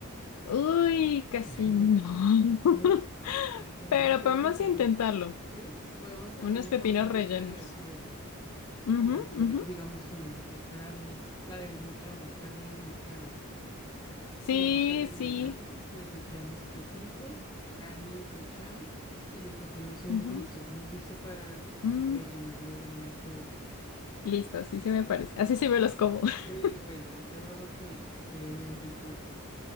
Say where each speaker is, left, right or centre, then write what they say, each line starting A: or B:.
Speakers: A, on the left; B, on the left.
A: uy, casi
B: <laughs>
A: no. <laughs>
B: ¿No? Ah, bueno,
A: Pero
B: entonces
A: podemos
B: pensemos,
A: intentarlo.
B: ¿eh? Podemos pensar
A: Unos
B: una
A: pepinos
B: forma rica
A: rellenos.
B: de hacerla,
A: Ujú,
B: de hacerlo,
A: ujú.
B: digamos con harta carne, la desmechamos, carne desmechada.
A: Sí,
B: Si vamos a rellenarlos,
A: sí.
B: les echamos quesito, carne desmechada y les hacemos un
A: Ujú.
B: guiso, un guiso para
A: Mm,
B: rellenarlo bien chévere.
A: listo, así se me parece. Así se me los como. <laughs>
B: Sí, bueno, yo hago que, que quede bien rico eso.